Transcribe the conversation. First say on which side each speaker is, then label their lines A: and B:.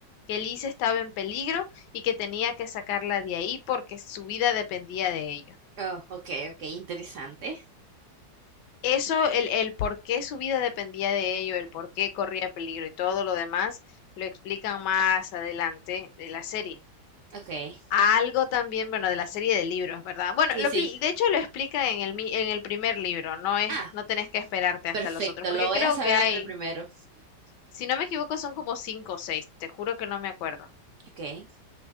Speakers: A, on the left; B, on the right.
A: que Liz estaba en peligro y que tenía que sacarla de ahí porque su vida dependía de ello.
B: Oh, ok, ok, interesante.
A: Eso, el, el por qué su vida dependía de ello, el por qué corría peligro y todo lo demás, lo explican más adelante de la serie.
B: Ok,
A: Algo también, bueno, de la serie de libros, ¿verdad? Bueno,
B: sí,
A: lo
B: sí.
A: pli- de hecho lo explica en el, mi- en el primer libro, no es,
B: Ah,
A: no tenés que esperarte hasta
B: perfecto,
A: los otros, porque
B: lo voy
A: creo
B: a saber
A: que hay,
B: en el primero.
A: si no me equivoco, son como cinco o seis, te juro que no me acuerdo.
B: Ok,